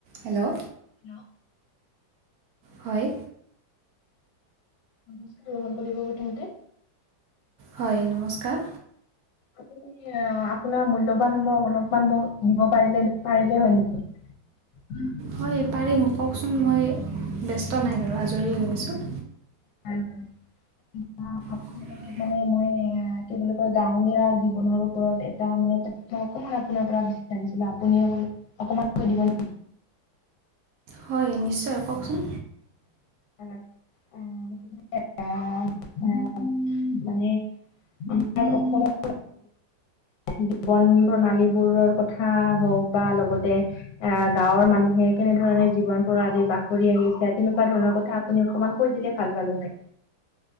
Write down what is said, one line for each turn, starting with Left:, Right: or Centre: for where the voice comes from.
Right: হেল্ল'
Left: হেল্ল'
Right: হয়।
Left: নমস্কাৰ গ্ৰহণ কৰিব প্ৰথমতে
Right: হয় নমস্কাৰ
Left: আপুনি আপোনাৰ মূল্যৱান সমূহ অলপমান মোক দিব পাৰিলে পাৰিলে হয় নেকি? উম
Right: হয় পাৰিম কওকচোন, মই ব্যস্ত নাই বাৰু আজৰি হৈ আছোঁ।
Left: হয় হয়। <unintelligible>
Right: <unintelligible>
Left: মানে মই কি বুলি কয় গাঁৱলীয়া জীৱনৰ ওপৰত এটা মানে তথ্য অকমান আপোনাৰ পৰা বিছাৰিছিলো আপুনি অকণমান, অকণমান কৈ দিব নি?
Right: হয় নিশ্চয় কওকচোন
Left: <unintelligible> মানে আমাৰ অসমত জীৱন প্ৰণালী বোৰৰ কথা হওক বা লগতে আহ গাঁৱৰ মানুহে কেনেধৰণে জীৱন প্ৰণালীত বাস কৰি আহিছে তেনেকুৱা ধৰণৰ কথা আপুনি অকণমান কৈ দিলে ভাল পালো হয়।